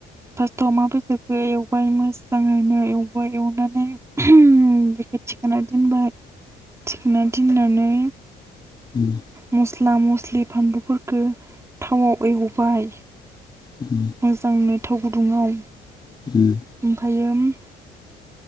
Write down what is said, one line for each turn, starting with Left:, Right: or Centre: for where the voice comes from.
Right: फार्स्टआव अमा बेदरखौ एवबाय मोजाङैनो एवबाय एवनानै बेखौ थिखोना दोनबाय थिखोना दिननानै
Left: उम,
Right: मस्ला मस्लि फानलुफोरखौ थावआव एवबाय
Left: उम,
Right: मोजांनो थाव गुदुङाव
Left: उम
Right: फायो म